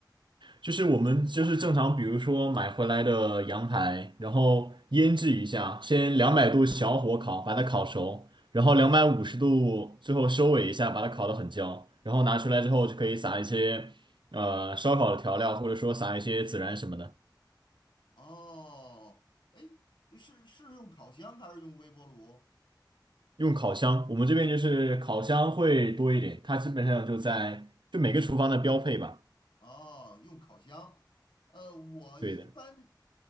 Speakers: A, on the right; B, on the left.
A: 就是我们就是正常，比如说买回来的羊排，然后腌制一下，先两百度小火烤，把它烤熟，然后两百五十度最后收尾一下，把它烤得很焦，然后拿出来之后就可以撒一些呃烧烤的调料，或者说撒一些孜然什么的。
B: 哦，哎，是是用烤箱还是用微波炉？
A: 用烤箱，我们这边就是烤箱会多一点，它基本上就在就每个厨房的标配吧。
B: 哦，用烤箱，呃，我一般
A: 对的，